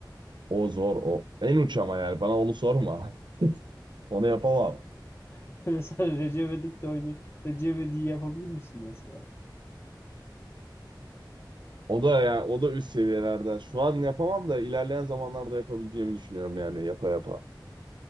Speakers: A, on the right (about 70°); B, on the left (about 30°).
A: O zor o. En uç ama yani bana onu sorma. <laughs> Onu yapamam.
B: <laughs> Mesela Recep İvedik'te oynuyor. Recep İvedik'i yapabilir misin mesela?
A: O da yani o da üst seviyelerden. Şu an yapamam da ilerleyen zamanlarda yapabileceğimi düşünüyorum yani yapa yapa.